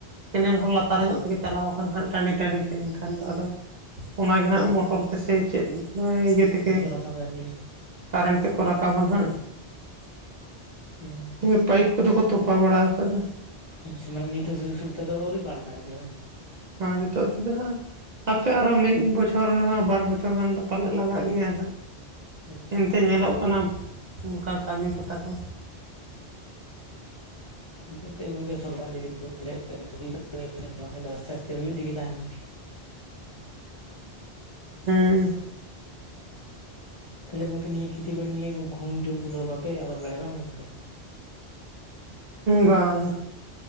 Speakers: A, on the right; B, on the left.
A: ᱠᱮᱱᱮᱞ ᱦᱚᱸ ᱞᱟᱛᱟᱨ ᱧᱚᱜ ᱛᱮᱜᱮ ᱪᱟᱞᱟᱣ ᱟᱠᱟᱱᱟ ᱦᱟᱸᱜ ᱴᱟᱺᱰᱤ ᱴᱟᱺᱰᱤ ᱛᱟᱦᱮᱱ ᱠᱷᱟᱱ ᱫᱚ ᱟᱫᱚ ᱚᱱᱟᱜᱮ ᱱᱟᱦᱟᱜ ᱢᱚᱴᱚᱨ ᱛᱮᱥᱮ ᱪᱮᱫ ᱱᱚᱜᱚᱭ ᱤᱭᱟᱹ ᱛᱮᱜᱮ
B: ᱛᱤᱠᱚ ᱨᱟᱠᱟᱵᱟ ᱟᱨᱠᱤ
A: ᱠᱟᱨᱮᱱᱴ ᱛᱮᱠᱚ ᱨᱟᱠᱟᱵᱟ ᱱᱟᱟᱜ
B: <inaudible> ᱦᱩᱸ
A: ᱦᱮᱸ ᱯᱟᱭᱤᱯ ᱠᱚᱫᱚ ᱠᱚ ᱛᱚᱯᱟ ᱵᱟᱲᱟ ᱟᱠᱟᱫᱟ
B: ᱟᱪᱷᱟ ᱢᱟᱱᱮ ᱱᱤᱛ ᱫᱚ ᱥᱩᱡᱳᱜᱽ ᱥᱩᱵᱤᱫᱷᱟ ᱫᱚ ᱟᱹᱣᱨᱤ ᱠᱚ ᱟᱲᱟᱜᱟ ᱟᱨ ᱵᱟᱝ
A: ᱦᱳᱭ ᱱᱤᱛᱳᱜ ᱛᱮᱫ ᱦᱟᱸᱜ ᱦᱟᱯᱮ ᱟᱨᱦᱚ ᱢᱤᱫ ᱵᱚᱪᱷᱚᱨ ᱵᱟᱨ ᱵᱚᱪᱷᱚᱨ ᱜᱟᱱ ᱫᱚ ᱯᱟᱞᱮᱫ ᱞᱟᱜᱟᱜ ᱜᱮᱭᱟ
B: ᱟᱪᱪᱷᱟ
A: ᱮᱱᱛᱮ
B: ᱟᱪᱪᱷᱟ
A: ᱧᱮᱞᱚᱜ ᱠᱟᱱᱟ ᱚᱱᱠᱟ ᱠᱟᱹᱢᱤ ᱠᱚᱛᱟ ᱠᱚ
B: ᱦᱮᱸ ᱮ ᱜᱚᱝᱠᱮ ᱥᱚᱨᱠᱟᱨ ᱡᱤᱱᱤᱥ ᱦᱩᱭᱩᱜ <unintelligible> ᱵᱟᱠᱷᱟᱱ ᱫᱚ ᱟᱥᱛᱮ ᱟᱥᱛᱮ ᱦᱩᱭᱩᱜ ᱛᱮᱜᱮ ᱛᱟᱦᱮᱸᱱᱟ
A: ᱦᱮᱸ
B: ᱛᱟᱦᱞᱮ ᱜᱚᱝᱠᱮ ᱱᱤᱭᱟᱹ ᱠᱷᱮᱛᱤ ᱵᱟᱲᱤ ᱱᱤᱭᱟᱹ ᱜᱩᱦᱩᱢ ᱴᱩᱦᱩᱢ ᱠᱚᱫᱚ ᱵᱟᱯᱮ ᱟᱵᱟᱫ ᱵᱟᱲᱟᱭᱟ ᱵᱟᱝ ᱜᱚᱝᱠᱮ <inaudible>
A: ᱵᱟᱝ